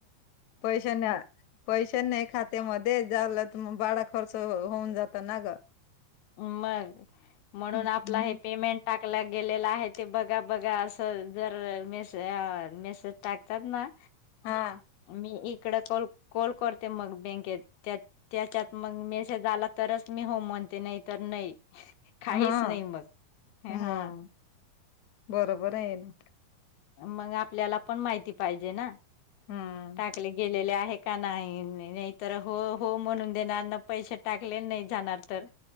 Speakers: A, on the left; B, on the left.
A: पैशे ना पैशे नाही खात. खात्यामध्ये झालं त मग बाडा खर्च होऊन जातो ना ग.
B: मग म्हणून
A: हम्म
B: आपलं हे पेमेंट टा टकला गेलेला आहे ते बघा बघा असं जर मेसे मेसेज टाकतात ना
A: हा
B: मी इकड कोल कोलकोते मग बँकेत त्यात त्याच्यात मग मेसेज आला तरच मी हो म्हणते नाही तरर नाही काहीच
A: हा
B: नाही मग
A: मग
B: हा
A: बरोबर आहे ये ना
B: मग आपल्याला पण माहिती पाहिजे ना
A: हम्म
B: टाकले गेलेले आहे का नाही नाही तर हो हो म्हणून देणार ना पैसे टाकलेले नाही जाणार तर